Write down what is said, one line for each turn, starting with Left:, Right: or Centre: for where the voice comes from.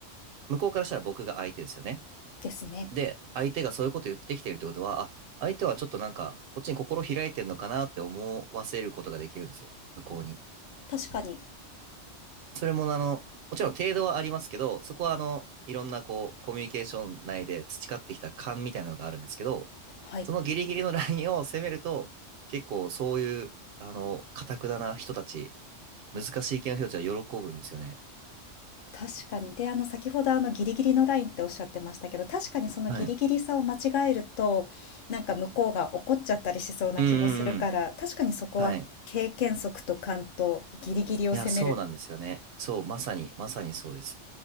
Right: 向こうからしたら僕が相手ですよね。
Left: ですね。
Right: で、相手がそういうこと言ってきてるってことは、あ、相手はちょっとなんか、こっちに心開いてんのかなって思わせることができるんですよ、向こうに。
Left: 確かに。
Right: それも、あの、もちろん程度はありますけど、そこは、あの、いろんな、こう、コミュニケーション内で培ってきた勘みたいなのがあるんですけど、
Left: はい。
Right: そのギリギリのラインを攻めると、結構そういう、あの、頑くなな人たち、難しい系の人たちは喜ぶんですよね。
Left: 確かに。で、あの、先ほどあの、ギリギリのラインっておっしゃってましたけど、確かにそのギリギリさを間違えると、
Right: はい。う
Left: なんか向こうが怒っちゃったりしそうな気もするから、
Right: んうんうん。
Left: 確かにそこは経験則と勘とギリギリを攻める。
Right: はい。いや、そうなんですよね。そう、まさに、まさにそうです。